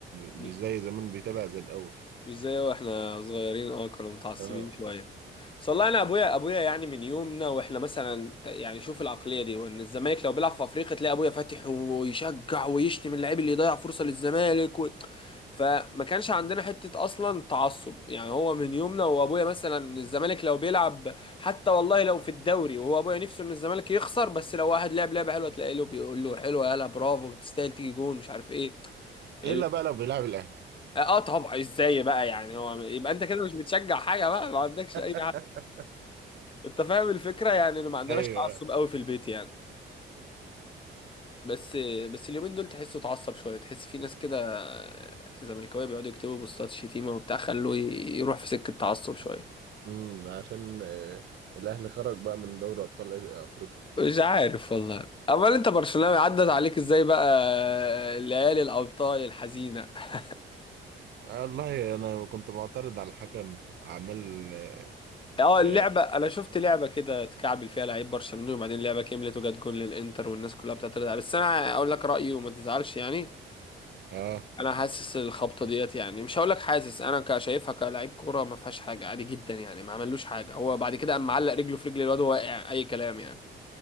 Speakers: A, on the right; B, on the left.
A: مش
B: م-
A: زي زمان بيتابع زي الاول
B: مش زي واحنا صغيرين اه كنا متعصبين
A: اه
B: شويه بس والله انا ابويا ابويا يعني من يومنا واحنا مثلا ت- يعني شوف العقليه دي وان الزمالك لو بيلعب في افريقيا تلاقي ابويا فاتح ويشجع ويشتم اللعيب اللي يضيع فرصه للزمالك و... فما كانش عندنا حته اصلا تعصب يعني هو من يومنا وابويا مثلا الزمالك لو بيلعب حتى والله لو في الدوري وهو ابويا نفسه ان الزمالك يخسر بس لو واحد لعب لعبه حلوه تلاقي له بيقول له حلوه يلا برافو تستاهل تيجي جون مش عارف ايه ال...
A: الا بقى لو بيلعب الاهلي
B: اه طبعا ازاي بقى يعني هو يبقى انت كده مش بتشجع حاجه بقى ما عندكش
A: <laughs>
B: اي انت فاهم الفكره يعني إن ما عندناش
A: ايوه
B: تعصب قوي في البيت يعني بس بس اليومين دول تحسه اتعصب شويه تحس في ناس كده زملكاويه بيقعدوا يكتبوا بوستات شتيمه وبتاع خلوه ي- يروح في سكه تعصب شويه
A: امم عشان آه، الاهلي خرج بقى من دوري ابطال افريقيا
B: مش عارف والله امال انت برشلوناوي عدت عليك ازاي بقى ليالي الابطال الحزينه <laughs>
A: والله انا كنت معترض على الحكم عمال
B: اه
A: اه
B: اللعبه انا شفت لعبه كده اتكعبل فيها لعيب برشلونه وبعدين اللعبه كملت وجت جون للانتر والناس كلها بتعترض عليها بس انا اقول لك رايي وما تزعلش يعني
A: آه.
B: انا حاسس الخبطه ديت يعني مش هقول لك حاسس انا كشايفها كلاعب كوره ما فيهاش حاجه عادي جدا يعني ما عملوش حاجه هو بعد كده قام معلق رجله في رجل الواد وهو واقع اي كلام يعني